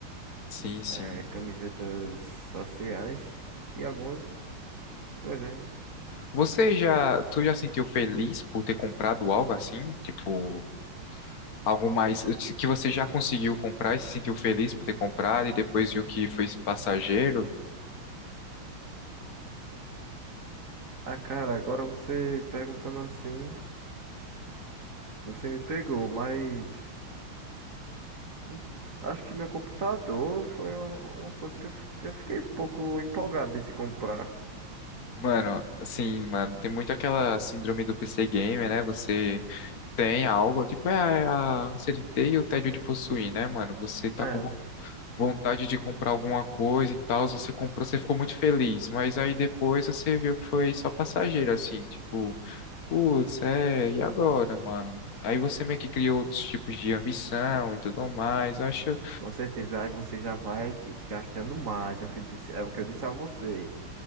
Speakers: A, on the left (about 45°); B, on the right (about 40°).
A: sim, sim.
B: É, camisetas sociais e algumas coisas, né?
A: Você já, tu já sentiu feliz por ter comprado algo assim? Tipo, algo mais que você já conseguiu comprar e se sentiu feliz por ter comprado e depois viu que foi passageiro?
B: Ah, cara, agora você perguntando assim, você me pegou, mas hum, acho que meu computador foi uma uma coisa que eu, que eu fiquei um pouco empolgado de se comprar.
A: Mano, sim, mano, tem muito aquela síndrome do PC Gamer, né? Você tem algo, tipo, é a ânsia de ter e o tédio de possuir, né, mano? Você tá
B: É,
A: com
B: né?
A: vontade de comprar alguma coisa e tal, você comprou, você ficou muito feliz, mas aí depois você viu que foi só passageiro, assim, tipo, putz, é, e agora, mano? Aí você meio que cria outros tipos de ambição e tudo mais. Eu acho,
B: Com certeza, aí você já vai que- gastando mais, é o que eu disse, é o que eu disse a você.